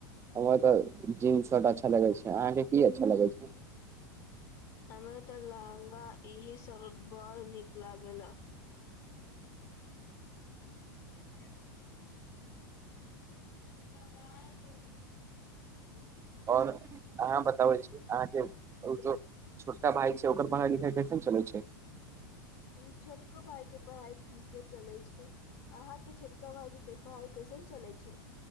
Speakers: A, on the right; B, on the left.
A: हमरा तऽ जींस शर्ट अच्छा लगै छै अहाँके की अच्छा लागै छै
B: हमरा तऽ लहंगा इहे सब बड़ नीक लागेला <inaudible> <unintelligible>
A: आओर अहाँ बताबै छी अहाँके उ दो छोटा भाइ छै ओकर पढ़ाइ लिखाइ कैसन चलै छै
B: ह छोटको भाइ के पढ़ाइ ठीके छै चलै छै अहाँके छोटका भाई के पढ़ाइ कैसन चलै छै